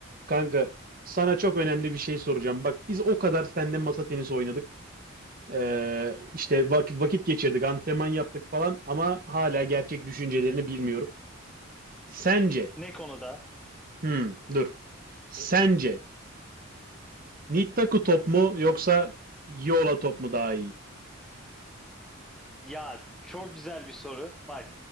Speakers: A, on the right (about 40°); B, in the centre.
A: Kanka sana çok önemli bir şey soracağım. Bak biz o kadar seninle masa tenisi oynadık. Ee, işte vakit, vakit geçirdik, antrenman yaptık falan ama hala gerçek düşüncelerini bilmiyorum. Sence,
B: Ne konuda?
A: hmm, dur. Sence Nittaku top mu yoksa Yola top mu daha iyi?
B: Ya çok güzel bir soru. Bak